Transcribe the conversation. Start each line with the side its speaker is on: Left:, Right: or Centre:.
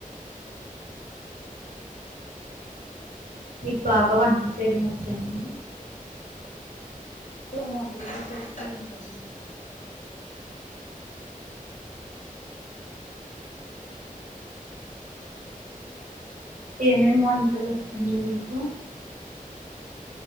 Right: మీకు బాగా వంటి చేయడం వచ్చడి
Left: మాదిరిగా చేస్తూ ఉంటాము
Right: ఏమేమి వంటలు వచ్చండి మీకు